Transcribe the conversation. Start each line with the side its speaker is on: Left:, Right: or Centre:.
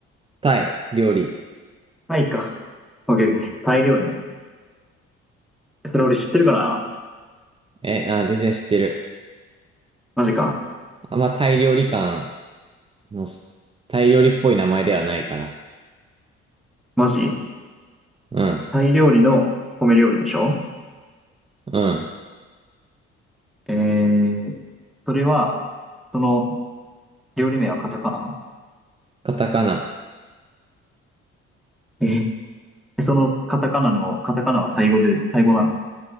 Right: タイ料理。
Centre: タイか。オッケーオッケー。タイ料理ね。それ俺知ってるかな
Right: え、あ、全然知ってる。
Centre: マジか。
Right: あんまタイ料理館のす、タイ料理っぽい名前ではないから。
Centre: マジ
Right: うん、
Centre: タイ料理の米料理でしょ
Right: うん。
Centre: えー、それは、その料理名はカタカナ
Right: カタカナ。
Centre: ええ、そのカタカナの、カタカナはタイ語で、タイ語なの